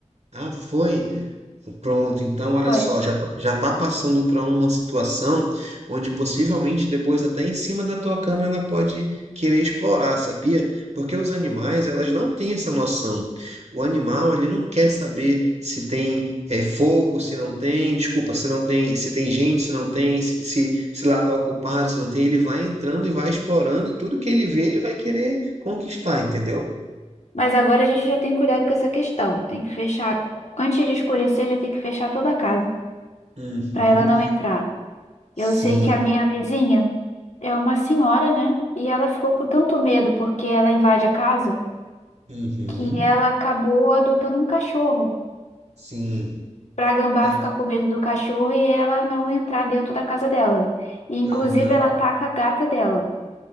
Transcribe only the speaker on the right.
Ah, foi? Pronto, então olha
só, já tá, já tá passando para uma situação onde possivelmente depois até em cima da tua cama ela pode querer explorar, sabia? Porque os animais, elas não têm essa noção. O animal, ele não quer saber se tem eh, fogo, se não tem, desculpa, se não tem, se tem gente, se não tem, se, se, se lá tá ocupado, se não tem, ele vai entrando e vai explorando e tudo que ele vê, ele vai querer conquistar, entendeu?
Uhum,
sim.
Uhum.
Sim.
E,
aham.